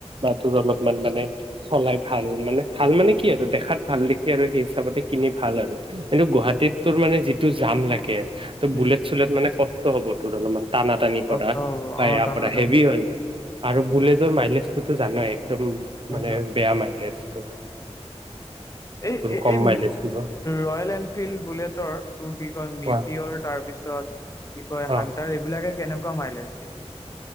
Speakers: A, on the right; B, on the left.
A: বা তোৰ অলপমান মানে চলাই ভাল মানে, ভাল মানে কি আৰু দেখাত ভাল- দেখি আৰু সেই হিচাপতে কিনি ভাল আৰু। কিন্তু
B: উম,
A: গুৱাহাটীত তোৰ মানে যি টো যাম লাগে। ত ',
B: উম,
A: বুলেট- চুলট মানে কষ্ট ত', হ'ব তোৰ অলপমান টানা -টানি
B: কষ্ট
A: কৰা
B: হ'ব
A: বা
B: অ
A: এয়া
B: টানা
A: কৰা
B: টানি
A: হেভি হয় ন', আৰু বুলেটৰ মাইলেজটোতো জানাই একদম
B: কৰা
A: মানে বেয়া মাইলেজ। তোৰ
B: এই ', -এই
A: কম মাইলেজ দিব
B: ৰয়েল- এনফিল্ড বুলেটৰ তোৰ কি কয় মিটিঅৰ
A: অ
B: তাৰপিছত কি', -কয়
A: অ
B: হান্তাৰ এইবিলাকে কেনেকুৱা মাইলেজ দিয়ে?